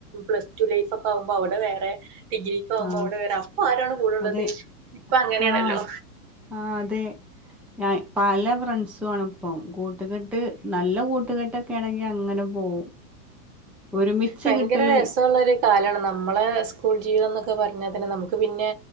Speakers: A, on the right; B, in the centre.
A: പ്ലസ്ടു ലൈഫക്കാവുമ്പോ അവ്ട വേറെ ഡിഗ്രിക്കോമ്പോ
B: ആഹ്
A: അവിട വേറെ അപ്പൊ ആരാണ് കൂടൊള്ളത്
B: അതെ
A: ഇപ്പ അങ്ങനെണല്ലോ
B: ആഹ് ആഹ് അതെ ഞാൻ പല ഫ്രണ്ട്സു ആണിപ്പൊം കൂ ട്ട്കെട്ട് നല്ല കൂട്ടുകെട്ടെ ക്കെണെങ്കി അങ്ങന പോവും ഒരുമിച്ച്
A: ഭയങ്കര
B: കിട്ടല്
A: രസോള്ളൊരു കാലാണ് നമ്മള് സ്കൂൾ ജീവിതംന്ന ക്ക പറഞ്ഞാതന്ന നമുക്ക് പിന്നെ